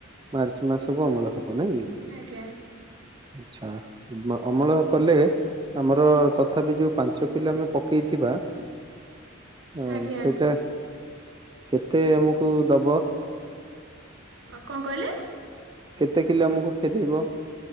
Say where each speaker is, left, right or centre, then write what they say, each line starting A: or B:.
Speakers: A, on the right; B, on the right.
A: ମାର୍ଚ୍ଚ ମାସକୁ ଅମଳ ହବ ନାଇଁକି।
B: ଆଜ୍ଞା।
A: ଆଚ୍ଛା ଅମଳ କଲେ ଆମର ତଥାପି ଯୋଉ ପାଞ୍ଚ କିଲୋ ଆମେ ପକେଇଥିବା ହଁ
B: ଆଜ୍ଞା।
A: ସେଇଟା କେତେ ଆମକୁ ଦବ?
B: କଁ କଇଁଲେ?
A: କେତେ କିଲୋ ଆମକୁ ଫେରେଇବ